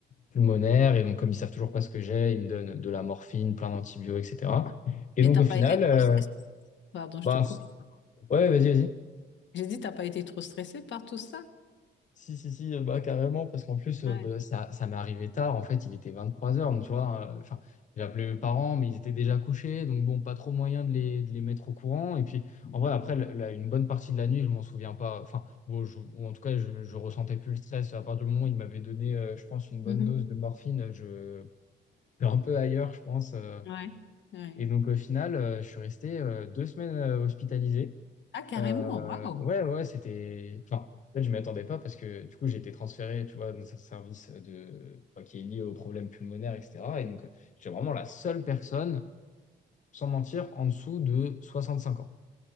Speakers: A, on the left; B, on the left.
A: pulmonaire. Et donc, comme ils savent toujours pas ce que j'ai, ils me donnent de la morphine, plein d'antibiotiques, etc. Et
B: Et
A: donc,
B: t'as
A: au
B: pas
A: final,
B: été trop
A: euh,
B: stressée? Pardon, je
A: bah,
B: te coupe.
A: ouais, vas-y, vas-y.
B: J'ai dit t'as pas été trop stressée par tout ça?
A: Si, si, si, euh, bah, carrément, parce qu'en plus, euh,
B: Ouais.
A: bah, ça, ça m'est arrivé tard. En fait, il était 23h, donc tu vois. euh, Enfin, j'ai appelé mes parents, mais ils étaient déjà couchés, donc bon, pas trop moyen de les, de les mettre au courant. Et puis, en vrai, après, le- la- une bonne partie de la nuit, je m'en souviens pas. Enfin, bon, je- ou en tout cas, je, je ressentais plus le stress. À partir du moment où ils m'avaient donné, euh, je pense, une bonne
B: Mhm.
A: dose de morphine, je j'étais un peu ailleurs, je pense. euh.
B: Ouais. Ouais.
A: et donc, au final, euh, je suis resté euh, deux semaines euh, hospitalisé.
B: Ah, carrément.
A: euh,
B: Waouh.
A: Ouais, ouais, ouais, c'était. Enfin, en fait, je m'y attendais pas parce que du coup, j'ai été transféré, tu vois, dans un service de... enfin, qui est lié aux problèmes pulmonaires, etc. Et donc, j'étais vraiment la seule personne, sans mentir, en dessous de 65 ans.